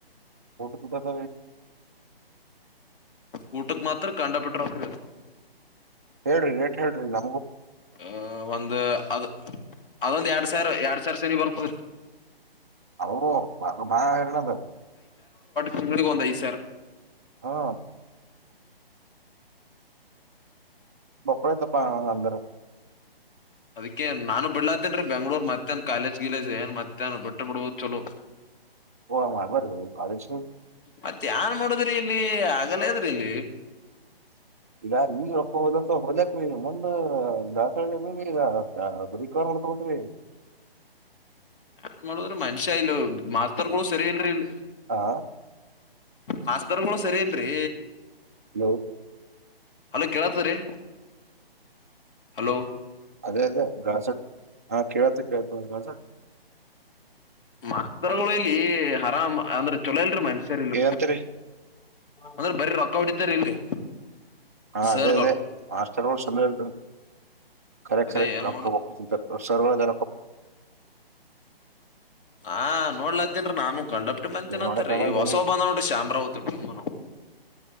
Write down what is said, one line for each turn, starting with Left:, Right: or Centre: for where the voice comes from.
Right: ೋಟ ಟ ಸ
Left: ಕಊಟಕ್ ಮಾತ್ರ ಕಂಡಪಟ್ಟ ರಕ್ಕರು
Right: ಹೇಳ್ರಿ ಏಟ್ ಹೇಳ್ರಿ ನ
Left: ಆ ಒಂದು ಅದು ಅದೊಂದ್ ಎರಡ್ ಸಾವಿರ ಎರಡ್ ಸಾವಿರ ಸನ ಬರ್ಪದ್ರಿ
Right: ಹ ಬಾಗ ಬಾ ಹರ್ರಣದ
Left: ತಿಂಿಗೆಗಂತಐ ಸರ್
Right: ಹಾ ಬಪರೋ ತಪ್ಪ ಅಂದರೆ
Left: ಅದಕ್ಕೆ ನಾನು ಬಿಡ್ಲಾತ್ತನ್ರೀ ಬೆಂಗಳೂರ್ ಮತ್ತೇನ್ ಕಾಲೇಜ್ ಗಿಲೇಜ್ ಏನ್ ಮತ್ತೇನ್ ಬಿಟ್ಟ ಬಿಡ್ಬೋದು ಚಲೋ
Right: ಬರ ಕಾಲಜ
Left: ಮತ್ತ ಯನ್ ಮಾಡುದ್ರಿ ಇಲ್ಲಿ ಆಗಲ ಅದ್ರಿ ಇಲ್ಲಿ
Right: ಈಗ ಈಗ ರೊಪ್ಪ ಹೋದತ್ ಹೊಲಕ್ರೀ ಮುಂದ ದಾಸಹಳ್ಳಿಿ ಈಗ ಕಣ ಕೌತ <unintelligible>
Left: ಏನ್ ಮಾಡೋದ್ರಿ ಮನುಷ್ಯ ಇಲ್ ಮಾಸ್ತರ್ ಗಳು ಸರಿ ಇಲ್ರರಿ ಇಲ್ಲಿ.
Right: ಹಾ
Left: ಮಾಸ್ತರ್ಗಳು ಸರಿ ಏನ್ರಿ
Right: ಹಲೋ
Left: ಹಲೋ ಕೇಳತ್ತರಿೀ ಹಲೋ
Right: ಅದೇ ಅದೇ ಗಾಸಟ್ ಹಾ ಕೇಳತ ಕತ ಗಾಸ
Left: ಮಾತ್ತರಲಿ ಹರಾಮ ಅಂದ್ರೆ ಚೊಲೋ ಇಲ್ರಿ ಮ ಸರಿ ಇಲ್ಲ
Right: ಏನಂತರಿ
Left: ಅಂದ್ರೆ ಬರ ರೊಕ್ಕ ಹೊಟ್ಟಿತಾರ ಇಲ್ಲಿ
Right: ಹಾ
Left: ಸರ್ಗಳು
Right: ಅದೇ ಅದೇ ಮಾಸ್ಟರ್ ೋಳ್ಸ್ ಎಂದ ಖರೆ
Left: ಅದೇ
Right: ಖರೆ
Left: ಏನ್
Right: ರೊಕ್ಕಬಕ ಸರ್ವದಾ.
Left: ಆ ನೋಡ್ಲತ್ತೀನ್ನ್ರಿ ನಾನು. ಕಂಡಾ ಪಟ್ಟಿ ಮಂದಿ ತಿನ್ನಾತಾರಿ
Right: ಏನ್ ಮಾಡಕ್ ಆಗಲ್ರಿ
Left: ಹೊಸಾವ ಬಂದವ ನೋಡ್ರಿ ಶಂಬ್ರವ ದಡಿಮಾನ.